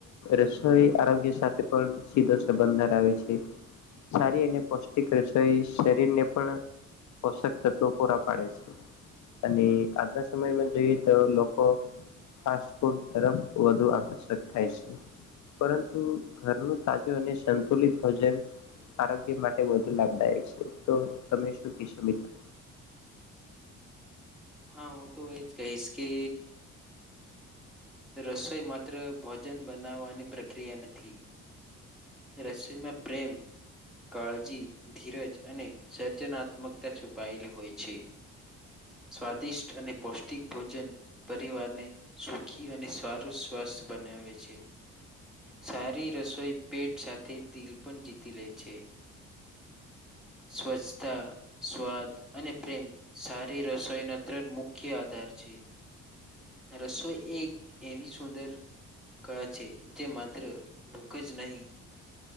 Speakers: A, on the left (about 70°); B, in the centre.
A: રસોઈ આરોગ્ય સાથે પણ સીધો સંબંધ ધરાવે છે. સારી અને પૌષ્ટિક રસોઈ, શરીરને પણ પોષક તત્વો પૂરા પાડે છે. અને આજના સમયમાં જોઈએ તો લોકો ફાસ્ફૂડ તરફ વધુ આકર્ષક થાય છે. પરંતુ, ઘરનું તાજું અને સંતુલિત ભોજન આરોગ્ય માટે વધુ લાભદાયક છે. તો તમે શું કેશો મિત્રો?
B: <unintelligible> હા હું તો એજ કહીશ કે રસોઈ, માત્ર ભોજન બનાવવાની પ્રક્રિયા નથી. રસોઈમાં પ્રેમ કાળજી, ધીરજ અને સર્જનાત્મકતા છુપાયેલી હોય છે. સ્વાદિષ્ટ અને પૌષ્ટિક ભોજન પરિવારને સુખી અને સારું સ્વા બનાવે છે. સારી રસોઈ પેટ સાથે દિલ પણ જીતી લે છે. સ્વચ્છતા, સ્વાદ અને પ્રેમ સારી રસોઈના ત્રણ મુખ્ય આધાર પર ચી રસોઈ એ એક એવી સુંદર કળા છે જે, માત્ર ભૂખ જ નહી.